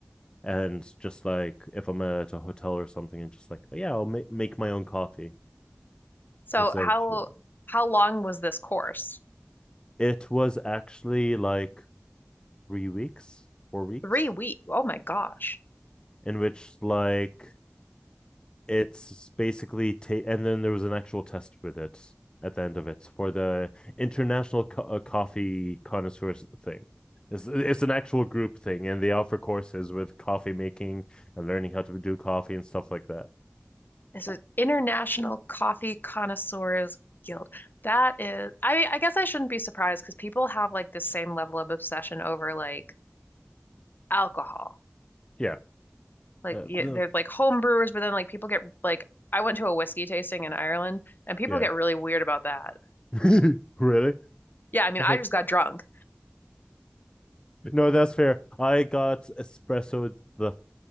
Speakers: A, on the left; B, on the left.
A: and just like if i'm at a hotel or something and just like yeah i'll ma- make my own coffee
B: so
A: instead
B: how
A: of chai.
B: how long was this course?
A: it was actually like three weeks four weeks
B: Three weeks. Oh my gosh.
A: in which like it's basically ta- and then there was an actual test with it at the end of it for the international co- uh, coffee connoisseurs thing. It's, it's an actual group thing, and they offer courses with coffee making and learning how to do coffee and stuff like that.
B: It's an International Coffee Connoisseurs Guild. That is, I I guess I shouldn't be surprised because people have like this same level of obsession over like alcohol.
A: Yeah,
B: Like
A: uh,
B: yeah,
A: the-
B: they're like home brewers, but then like people get like I went to a whiskey tasting in Ireland and people
A: yeah,
B: get really weird about that.
A: <laughs> really. I
B: Yeah, I mean,
A: was
B: I
A: like,
B: just got drunk.
A: no, that's fair. I got espresso the